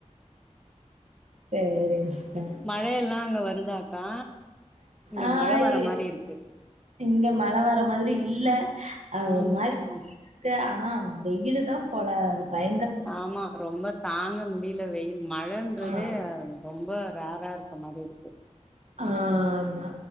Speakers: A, on the right; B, in the centre.
A: சேரி சிஸ்டர்
B: மழயெல்லாம் அங்க வருதாக்கா இங்க
A: ஆ
B: மழ வர
A: இ
B: மாரி இருக்கு
A: இங்க மழ வர மாதிரி இல்ல அ
B: ம்
A: ஒரு மாரி
B: ம்
A: இருக்கு ஆனா வெயிலு தா பொல பய
B: ஆமா ரொம்ப தாங்க முடியல வெயில் மழன்றதே
A: ஆமா
B: ரொம்ப ரார இருக்க மாரி இருக்கு
A: ஆம்மா